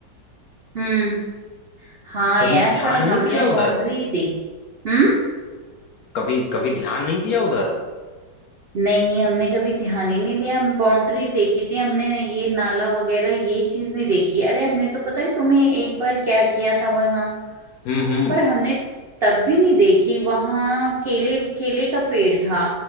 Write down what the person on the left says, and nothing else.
कभी
ध्यान
नहीं
दिया उधर
कभी कभी ध्यान नहीं दिया उधर
हम्म हम्म